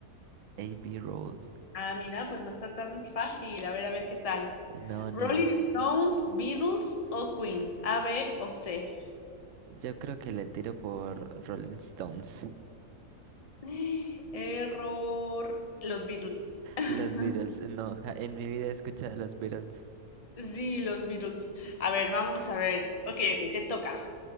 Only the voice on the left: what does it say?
Ah, mira, pues no está tan fácil. A ver, a ver qué tal.
Rolling
Stones, Beatles o Queen. A, B o C.
<gasps> Error. Los Beatles. <laughs>
Sí, los Beatles. A ver, vamos a ver. Ok, ok, te toca.